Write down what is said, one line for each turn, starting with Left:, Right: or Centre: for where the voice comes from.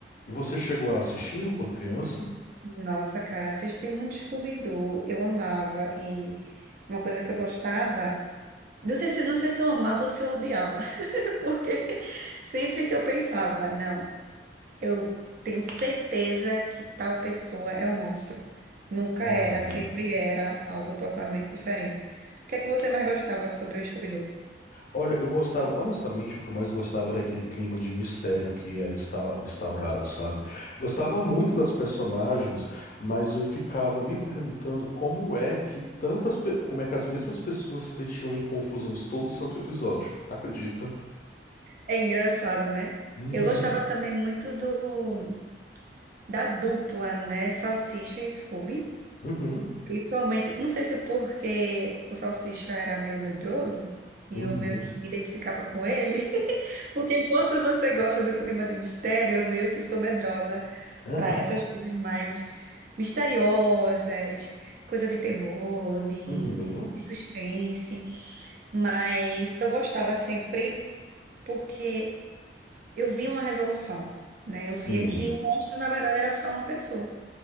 Left: E você chegou a assisti-lo quando criança?
Right: Nossa, cara, assisti muito Scooby-Doo. Eu amava e uma coisa que eu gostava, não sei se, não sei se eu amava ou se eu odiava, <laughs> porque sempre que eu pensava, não, eu tenho certeza que tal pessoa é um monstro. Nunca
Left: Aham.
Right: era, sempre era algo totalmente diferente. O que é que você mais gostava sobre o Scooby-Doo?
Left: Olha, eu gostava, honestamente, o que eu mais gostava era aquele clima de mistério que era insta- instaurado, sabe? Gostava muito das personagens, mas eu ficava me perguntando como é que tantas, pe- como é que as mesmas pessoas se metiam em confusões todo santo episódio. Acredita?
Right: É engraçado, né?
Left: Uhum,
Right: Eu gostava também muito do da dupla, né? Salsicha e Scooby.
Left: uhum,
Right: Principalmente, não sei se porque o Salsicha era meio medroso e
Left: uhum,
Right: eu meio que me identificava com ele, <laughs> porque enquanto você gosta do clima de mistério, eu meio que sou medrosa
Left: aham,
Right: para essas coisas mais misteriosas, coisa de terror, de,
Left: uhum,
Right: de suspense, mas eu gostava sempre porque eu via uma resolução, né? Eu
Left: Sim.
Right: via que o monstro, na verdade, era só uma pessoa.